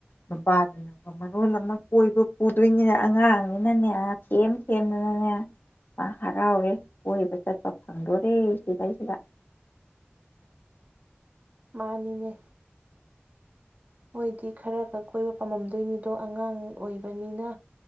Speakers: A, on the left; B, on the right.
A: ꯅꯨꯄꯥꯗꯨꯅ ꯃꯔꯣꯜ ꯑꯃ ꯀꯣꯏꯕ ꯄꯨꯗꯣꯏꯅꯤꯅ ꯑꯉꯥꯡꯅꯤꯅꯅꯦ ꯊꯦꯝ ꯊꯦꯝꯗꯅꯅꯦ ꯃꯥ ꯍꯔꯥꯎꯔꯦ ꯀꯣꯏꯕ ꯆꯠꯄ ꯐꯪꯗꯣꯔꯦ ꯁꯤꯗꯩꯁꯤꯗ
B: ꯃꯥꯅꯤꯅꯦ ꯃꯣꯏꯗꯤ ꯈꯔꯒ ꯀꯣꯏꯕ ꯄꯥꯝꯃꯝꯗꯣꯏꯅꯤꯗꯣ ꯑꯉꯥꯡ ꯑꯣꯏꯕꯅꯤꯅ